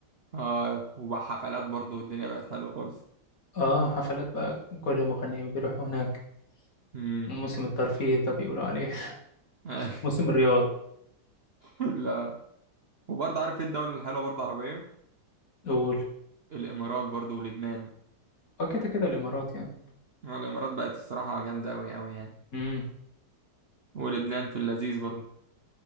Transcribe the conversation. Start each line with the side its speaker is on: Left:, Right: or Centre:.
Right: اه وبقى حفلات برضو والدنيا بقت حلوه خالص
Left: اه حفلات بقى كل المغنيين بيروحوا هناك
Right: امم
Left: موسم الترفيه ده بيقولوا عليه
Right: ايوه
Left: <laughs> موسم الرياض
Right: <laughs> لا وبرضه عارف ايه الدولة الحلوة برضه عربية؟
Left: قول
Right: الامارات برضو ولبنان
Left: اه كده كده الإمارات يعني
Right: آه، الامارات بقت الصراحة جامدة اوي اوي يعني
Left: امم
Right: ولبنان في اللذيذ برضو